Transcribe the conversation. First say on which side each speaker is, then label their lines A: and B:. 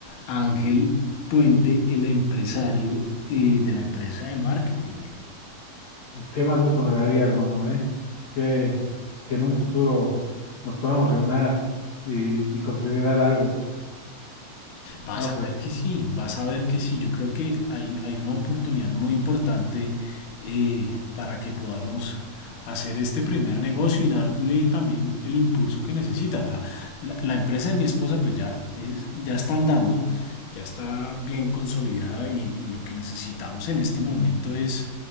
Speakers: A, on the left; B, on the left.
A: Ángel Puente, el empresario eh, de la empresa de marketing.
B: ¿Qué más gusto me daría, hermano, eh? Que, que en un futuro nos podamos reunir y, y consolidar algo.
A: Vas
B: No,
A: a
B: pues.
A: ver que sí, vas a ver que sí. Yo creo que hay, hay una oportunidad muy importante eh, para que podamos hacer este primer negocio y darle también el impulso que necesita. O sea, la, la empresa de mi esposa pues ya, es- ya está andando, ya está bien consolidada y, y lo que necesitamos en este momento es